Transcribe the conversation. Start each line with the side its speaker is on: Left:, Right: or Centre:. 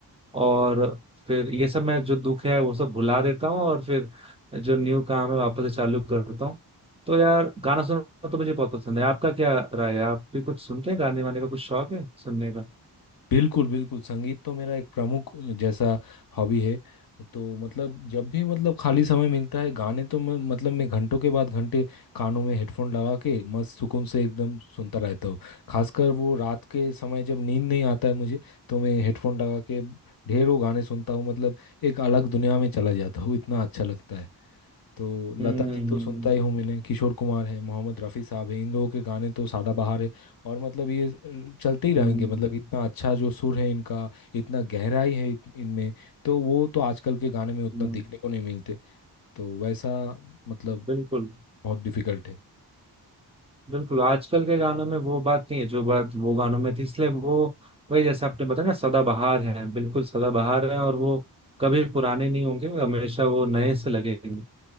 Right: और फिर ये सब मैं जो दुख है वो सब भुला देता हूँ और फिर जो न्यू काम है वापस से चालू करता हूँ तो यार गाना सुनना तो मुझे बहुत पसंद है आपका क्या राय है आप भी कुछ सुनते हैं गाने वाने का कुछ शौक है सुनने का
Left: बिल्कुल बिल्कुल संगीत तो मेरा एक प्रमुख जैसा हॉबी है तो मतलब जब भी मतलब खाली समय मिलता है गाने तो मैं मतलब मैं घंटों के बाद घंटे कानों में हेडफोन लगा के मस्त सुकून से एकदम सुनता रहता हूँ खासकर वो रात के समय जब नींद नहीं आता है मुझे तो मैं हेडफोन लगा के ढेरों गाने सुनता हूँ मतलब एक अलग दुनिया में चला जाता हूँ इतना अच्छा लगता है तो लता
Right: हम्म
Left: जी तो सुनता ही हूँ मैंने किशोर कुमार है मोहम्मद रफ़ी साहब है इन लोगों के गाने तो सदाबहार है और मतलब ये अ, चलते ही रहेंगे
Right: हम्म,
Left: मतलब इतना अच्छा जो सुर है इनका इतना गहराई है इत- इनमें तो वो तो आजकल के गाने में उतना
Right: हम्म,
Left: दिखने को नहीं मिलते तो वैसा मतलब
Right: बिल्कुल
Left: बहुत डिफिकल्ट
Right: बिल्कुल आजकल के गानों में वो बात नहीं है जो बात वो गानों में थी इसलिए वो वही जैसे आपने बताया ना सदाबहार है बिल्कुल सदाबहार है और वो कभी पुराने नहीं होंगे हमेशा वो नए से लगेंगे